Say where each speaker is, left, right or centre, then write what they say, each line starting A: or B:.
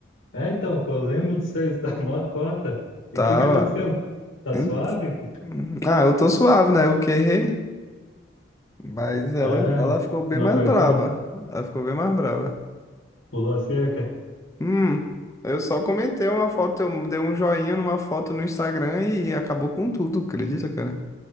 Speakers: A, on the left; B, on the left.
A: É, então, pô, eu lembro de vocês, <laughs> da mó cota. E
B: Tava.
A: o que que aconteceu? Tá
B: Hum,
A: suave?
B: Ah, eu tô suave, né? Eu que errei, mas ela,
A: É mesmo?
B: ela ficou bem
A: Não
B: mais
A: aguentou?
B: braba. Ela ficou bem mais braba.
A: Pulou a cerca?
B: Hum, eu só comentei uma foto, eu dei um joinha numa foto no Instagram e acabou com tudo, acredita, cara?